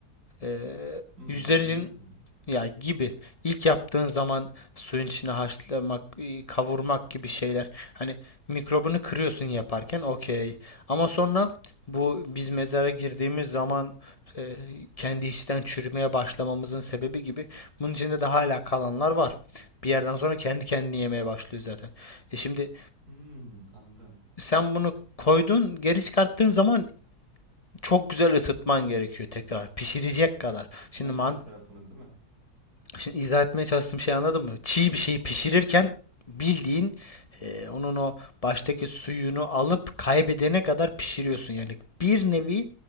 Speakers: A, on the left; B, on the right.
A: Ee,
B: Hmm,
A: 100
B: mühürleme
A: derecenin
B: gibi mi?
A: Ya gibi. İlk yaptığın zaman suyun içine haşlamak, e, kavurmak gibi şeyler. Hani mikrobunu kırıyorsun yaparken okey. Ama sonra bu biz mezara girdiğimiz zaman e, kendi içten çürümeye başlamamızın sebebi gibi. Bunun içinde de hala kalanlar var. Bir yerden sonra kendi kendini yemeye başlıyor zaten. E şimdi
B: Hmm, anladım.
A: sen bunu koydun, geri çıkarttığın zaman çok güzel ısıtman gerekiyor tekrar. Pişirecek kadar. Şimdi
B: Ve her
A: man
B: tarafını değil mi?
A: Şimdi izah etmeye çalıştığım şeyi anladın mı? Çiğ bir şeyi pişirirken bildiğin e, onun o baştaki suyunu alıp kaybedene kadar
B: Hı hı.
A: pişiriyorsun. Yani bir nevi